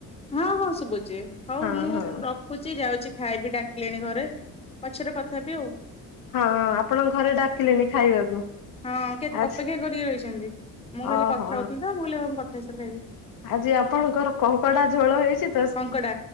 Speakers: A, on the left; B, on the left.
A: ହଁ ହଁ ଶୁବୁଚି ହୋଉ
B: ହଁ
A: ମୁଁ
B: ହଁ
A: ର ରଖୁଚି ଯାଉଚି ଖାଇବି ଡାକିଲେଣି ଘରେ ପଛରେ କଥା ହେବିି ଆଉ।
B: ହଁ ଆପଣଙ୍କ ଘରେ ଡାକିଲେଣି ଖାଇବାକୁ।
A: ହଁ କେ
B: ଆଜି
A: ଅପେକ୍ଷା କରିକି ରହିଛନ୍ତି ମୁଁ ଖାଲି
B: ଓହୋ
A: କଥା ହୋଉଥୁଲି ତ ମୁଁ କହିଲି ହୋଉ ମୁଁ କଥା ହେଇସାରେ ଖାଇବି।
B: ଆଜି ଆପଣଙ୍କର କଙ୍କଡା ଝୋଳ ହେଇଚି।
A: କଙ୍କଡା